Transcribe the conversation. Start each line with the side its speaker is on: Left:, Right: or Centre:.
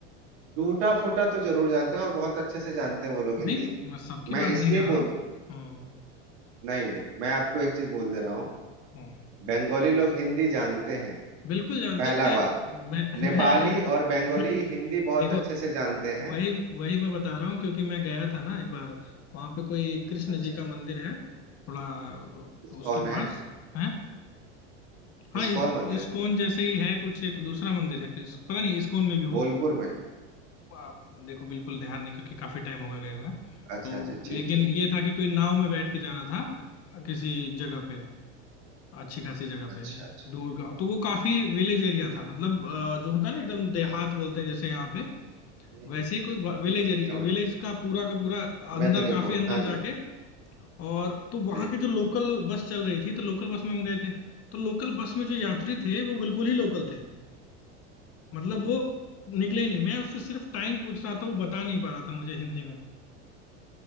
Right: टूटा फूटा तो जरूर जानते हैं और बहुत अच्छे से जानते हैं वो लोग
Left: नहीं
Right: हिंदी
Left: नहीं मैं सबकी
Right: मैं
Left: बात नहीं
Right: इसलिए
Left: कर रहा
Right: बोल
Left: हूँ हम्म
Right: नहीं नहीं मैं आपको एक चीज बोल दे रहा हूँ
Left: हम्म
Right: बंगाली लोग हिंदी जानते हैं
Left: बिल्कुल जानते
Right: पहला
Left: हैं मैं
Right: बात
Left: मैं
Right: नेपाली
Left: मैं एक
Right: और बंगाली
Left: <laughs>
Right: हिंदी बहुत
Left: देखो
Right: अच्छे से जानते हैं
Left: वही वही मैं बता रहा हूँ क्योंकि मैं गया था ना एक बार वहां पे कोई कृष्ण
Right: अच्छा
Left: जी का मंदिर है थोड़ा अ,
Right: इस्कॉन
Left: उसके
Right: है
Left: पास है हाँ
Right: इस्कॉन
Left: इस
Right: मंदिर
Left: इस्कॉन जैसे ही है कुछ एक दूसरा मंदिर है कृष्ण पता नहीं इस्कॉन में भी हो
Right: बोलपुर में
Left: आप देखो बिल्कुल ध्यान नहीं क्योंकि काफी टाइम हो गया गए हुए
Right: अच्छा
Left: तो
Right: जी ठीक
Left: लेकिन
Right: ठीक
Left: ये
Right: ठीक।
Left: था कि कोई नाव में बैठ के जाना था किसी जगह पे अच्छी खासी जगह
Right: अच्छा
Left: पे
Right: अच्छा
Left: दूर गाँव तो वो काफी विलेज एरिया था मतलब अ, जो होता है ना एकदम देहात बोलते हैं जैसे यहाँ पे
Right: हम्म
Left: वैसे ही कोई
Right: ठीक
Left: विलेज
Right: ठीक
Left: एरिया
Right: समझ
Left: विलेज
Right: गए
Left: का पूरा का पूरा अंदर
Right: मेदिनीपुर
Left: काफी अंदर
Right: हाँ
Left: जाके
Right: जी
Left: और तो
Right: जी
Left: वहां के जो लोकल बस चल रही थी तो लोकल बस में हम गए थे तो लोकल बस में जो यात्री थे वो बिल्कुल ही लोकल थे मतलब
Right: हम्म हम्म।
Left: वो निकले ही नहीं मैं उससे सिर्फ टाइम पूछ रहा था वो बता नहीं पा रहा था मुझे हिंदी में